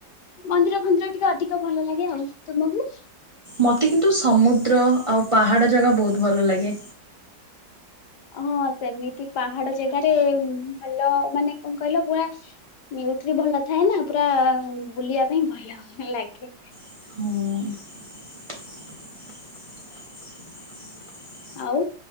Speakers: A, on the left; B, on the right.
A: ମନ୍ଦିର ଫନ୍ଦିର ଟିକେ ଅଧିକ ଭଲ ଲାଗେ ଆଉ। ତମକୁ?
B: ମୋତେ କିନ୍ତୁ ସମୁଦ୍ର ଆଉ ପାହାଡ଼ ଜାଗା ବହୁତ ଭଲ ଲାଗେ।
A: ହଁ ସେମିତି ପାହାଡ ଜାଗାରେ ଭଲ ମାନେ କଣ କହିଲ ପୁରା ଭିଉ ଭଲ ଥାଏ ନା ପୁରା ବୁଲିବା ପାଇଁ ଭଲ ଲାଗେ।
B: ହଁ।
A: ଆଉ